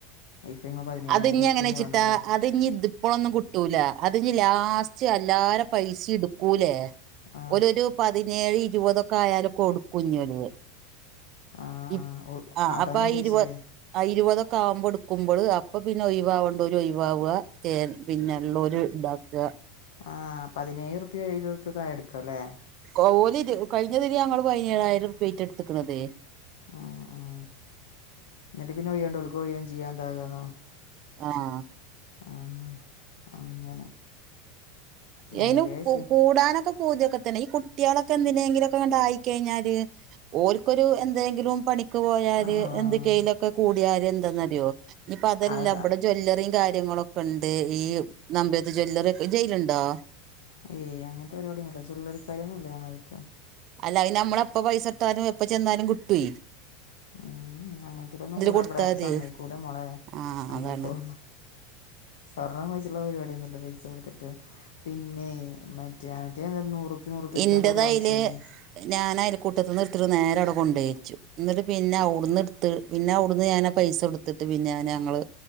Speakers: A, on the left; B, on the right.
A: ഇപ്പം നിങ്ങൾ പതിനേഴായിരം
B: അത്ഞ്ഞ്
A: എടുത്തുന്ന്
B: എങ്ങനെച്ച്ട്ടാ
A: പറഞ്ഞില്ലേ
B: അതിഞ്ത് ഇപ്പോളൊന്നും കിട്ടൂല അത്ഞ് ലാസ്റ്റ് അല്ലാരെ പൈസ ഇടുക്കൂലേ
A: ആ
B: ഒരു ഒരു പതിനേഴ് ഇരുപതൊക്കെ ആയാല് കൊടുക്കുംന്നേൽ
A: ആ
B: ഇപ്പ്
A: ആ
B: ആഹ്
A: അതാ
B: അപ്പൊ
A: ഞാൻ
B: ആ
A: ചോദിച്ചത്
B: ഇരുവ ആ ഇരുപതൊക്കെ ആവുമ്പൊ ഇടുക്കുമ്പള് അപ്പൊ പിന്നെ ഒഴിവാവെണ്ടോര് ഒഴിവാവ. ചേർ പിന്നെ ഇളേര് ഇണ്ടാക്ക
A: ആ പതിനേഴുറുപ്യോ ഏഴുറുപ്യായൊക്കെ എടുക്കുല്ലേ
B: കൗലിതി കഴിഞ്ഞതിനി ഞങ്ങള് പതിനേഴായിരം ഉറുപ്യാ ആയിറ്റാ ഇട്ത്ത്ക്ക്ണതേ.
A: ഉം ഉം എന്നിട്ട് പിന്നെ വയണ്ടോൽക്കഴയും ചെയ്യാൻ എന്താകാന്നോ
B: ആഹ്
A: ആ. അങ്ങനെ
B: യെയിന്
A: എന്തേ
B: കൂ
A: ശരി.
B: കൂടാനൊക്കെ പൂതിയൊക്കെ തന്നെ. ഈ കുട്ടിയൊളൊക്കെ എന്തിനെങ്കിലൊക്കെണ്ട് ണ്ടായിക്കഴിഞ്ഞാല് ഓൽക്കൊരു എന്തേങ്കിലും പണിക്ക് പോയല്
A: ആ
B: എന്ത് കയിലൊക്കെ കൂടിയാര് എന്താന്നറിയോ ഇനിയിപ്പോ അതെല്ലാം
A: അതാ
B: ഇവിടെ ജോ ജ്യവല്ലറിയും കാര്യങ്ങളൊക്കെ ഉണ്ട് ഈ നമ്പേത് ജ്വല്ലറി ഒക്കെ ജയിലുണ്ടോ
A: ഏയ് അങ്ങനത്തെ പരിപാടൊന്നുമല്ല ജ്യലറിക്കാര്യൊന്നും ഇല്ല ഞങ്ങളെ അടുത്ത്
B: അല്ല അതിന് നമ്മള എപ്പ പൈസ ഇട്ടാലും എപ്പൊ ചെന്നാലും കിട്ടൂ
A: ഉംഹ് അങ്ങനത്തിലൊന്നും കൂടാ
B: കൊടുത്താ
A: ഇവിടെ
B: മതി
A: സമ്മയക്കൂല മോളേ
B: ആഹ്
A: അങ്ങനത്തൊന്നും
B: അതാണ്
A: സ്വർണം വച്ചുള്ള പരിപാടിയൊന്നുമില്ല പൈസ കൊടുത്തിട്ട് ന്നേ.. മറ്റേ ആ മറ്റേ എന്താ നൂറുപ്പ്യ നൂറുപ്പ്യ
B: ഇന്റത്
A: ട്ത്താ ഒരാഴ്ച്ചയിന്ന്
B: അയില് ഞാൻ അയൽക്കൂട്ടത്ത്ന്ന് ഇട്ത്ത്ട്ട് നേരെ അവിടെ കൊണ്ടയിച്ചു എന്നിട്ട് പിന്നെ അവിടുന്ന് ടുത്ത് പിന്നെ അവിടുന്ന് ഞാനാ പൈസ എടു ത്തിട്ട് പിന്നെ ന്ന ഞങ്ങള്